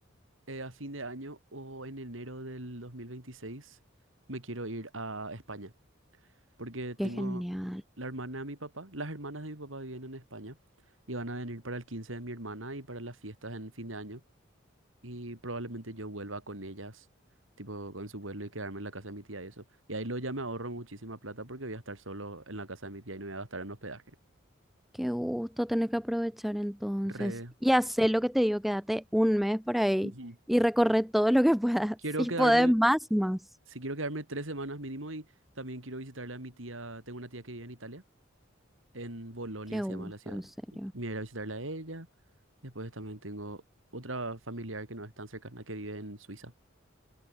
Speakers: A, on the right; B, in the centre.
A: eh, a fin de año o en enero del 2026 me quiero ir a España, porque
B: Qué
A: tengo
B: genial.
A: la hermana de mi papá, las hermanas de mi papá viven en España y van a venir para el 15 de mi hermana y para las fiestas en fin de año y probablemente yo vuelva con ellas, tipo con su vuelo y quedarme en la casa de mi tía y eso. Y ahí lo ya me ahorro muchísima plata porque voy a estar solo en la casa de mi tía y no voy a gastar en hospedaje.
B: Qué gusto, tenés que aprovechar entonces
A: Re.
B: y hacer lo que te digo, quédate un mes por ahí
A: Ujú.
B: y recorre todo lo que puedas. <laughs>
A: Quiero
B: Si
A: quedarme,
B: podés más, más.
A: si quiero quedarme tres semanas mínimo y también quiero visitarle a mi tía, tengo una tía que vive en Italia. En Bolonia
B: Qué gusto,
A: se llama la ciudad.
B: en serio.
A: Me iré a ir a visitarla a ella. Después también tengo otra familiar que no es tan cercana que vive en Suiza.